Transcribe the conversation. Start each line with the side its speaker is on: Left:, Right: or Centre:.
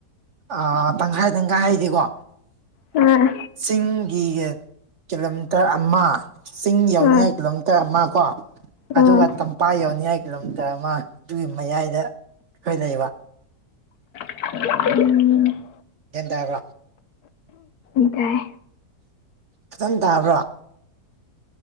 Right: ꯑ ꯇꯪꯈꯥꯏ ꯇꯪꯈꯥꯏ ꯍꯥꯏꯗꯤꯀꯣ
Left: ꯎꯝ
Right: ꯆꯤꯡꯒꯤ ꯀꯤꯂꯣꯃꯤꯇꯔ ꯑꯃ ꯆꯤꯡ ꯌꯧꯅꯤꯡꯉꯥꯏ
Left: ꯎꯝ
Right: ꯀꯤꯂꯣꯃꯤꯇꯔ ꯑꯃ ꯀꯣ
Left: ꯎꯝ
Right: ꯑꯗꯨꯒ
Left: ꯎꯝ
Right: ꯇꯝꯄꯥꯛ ꯌꯧꯅꯤꯡꯉꯥꯏ ꯀꯤꯂꯣꯃꯤꯇꯔ ꯑꯃ ꯑꯗꯨꯒꯤ ꯃꯌꯥꯏꯗ ꯑꯩꯈꯣꯏ ꯂꯩꯕ
Left: ꯎꯝ
Right: ꯒꯟ ꯇꯥꯕ꯭ꯔꯥ
Left: ꯏꯀꯥꯏ
Right: ꯈꯤꯇꯪ ꯇꯥꯕ꯭ꯔꯥ